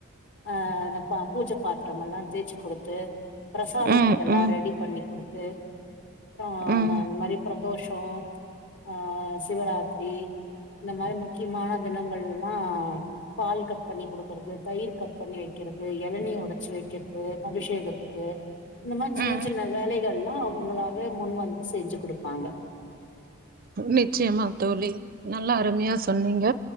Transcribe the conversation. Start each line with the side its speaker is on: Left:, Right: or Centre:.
Left: அ பூஜ பாத்திரமெல்லா தேய்ச்சு கொடுத்து பிரசாதத்துக்கு
Right: ம்
Left: எல்லா
Right: ம்
Left: ரெடி பண்ணி கொடுத்து அப்பறோ
Right: ம்
Left: இந்த அந்மாரி பிரதோஷோ ஆ சிவராத்திரி இந்த மாதிரி முக்கியமான தினங்களல்லா பால் கட் பண்ணி குடுக்கறது தயிர் கட் பண்ணி வெக்கிறது இது இளநீ உடைச்சு வைக்கிறது அபிஷேகத்துக்கு இந்மாரி சின்ன
Right: ம்
Left: சின்ன வேலைகள்லா அவங்களாவே முன் வந்து செஞ்சு கொடுப்பாங்க
Right: நிச்சயமா தோழி நல்லா அருமையா சொன்னீங்க